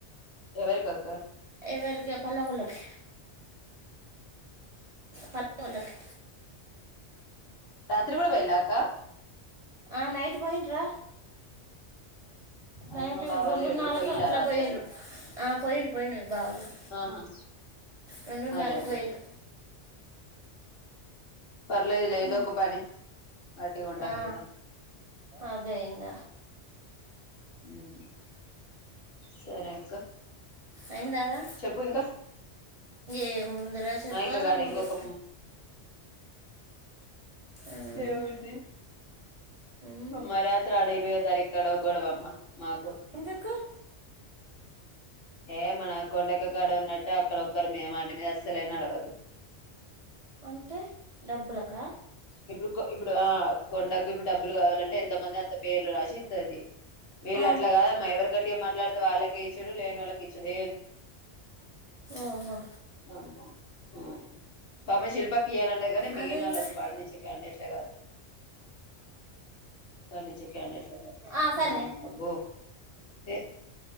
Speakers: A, on the left; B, on the right.
A: ఎవరికి అక్క
B: మీరు చోపల వాళ్ళకి పల్లె వాళ్ళకి
A: రాత్రి కూడా పోయిల్ల అక్క
B: ఆ నైట్ పోయింట్ర
A: అదే
B: నైట్
A: మా బావ
B: రెండున్నరకు
A: లేడు పోయిల్లా
B: అట్లా
A: రాత్రి
B: పోయిండ్రు
A: అని
B: ఆ పోయిండు పోయిండు మీ బావ కూడా
A: ఆహా
B: రెండున్నరకు
A: అదే అదే
B: పోయిండు
A: పర్లేదు లే ఏదో
B: ఉమ్,
A: ఒక పని అట్టిగా ఉండకుండా
B: ఆ అదే ఇంగ
A: ఊ సరే అక్క
B: అయిందారా
A: చెప్పు ఇంకా
B: ఎం ఉందిరా చెప్పాలే
A: ఆ ఇంకా కాదు
B: నువ్వే
A: ఇంకొక
B: ఉమ్,
A: ఎం ఉంది
B: ఉమ్.
A: అమ్మా రాత్రి ఆడ ఇరవయో తారిఖ్ ఆడో గొడవ అమ్మ మాకు
B: ఎందుకు
A: ఈడ మన కొండక్క కాడ ఉన్నట్టు అక్కడొక్కరు మే మాట మీద అస్సలే నడవదు
B: అంటే డబ్బులకా
A: ఇప్పుడు ఇప్పుడు ఆ కొండక ఇప్పుడు డబ్బ కావాలంటే ఎంతమంది అంత పేర్లు రాసిస్తది వీళు
B: ఆ,
A: అట్లా కాదమ్మ ఎవరి గట్టిగా మాట్లాడితే వాళ్ళకే ఇప్పుడు లేనోలకి ఇచ్చుడే
B: ఓహో
A: ఆమ అ పాపం శిల్పకి ఇయ్యాలండే కానీ మిగిలినోళ్లు
B: అదేందరు
A: అసలు పడినిచేకండట్లే కాదు పడనిచ్చే క్యాండిడేట్లే కాదు
B: ఆ సరనే
A: అబ్బో ఏ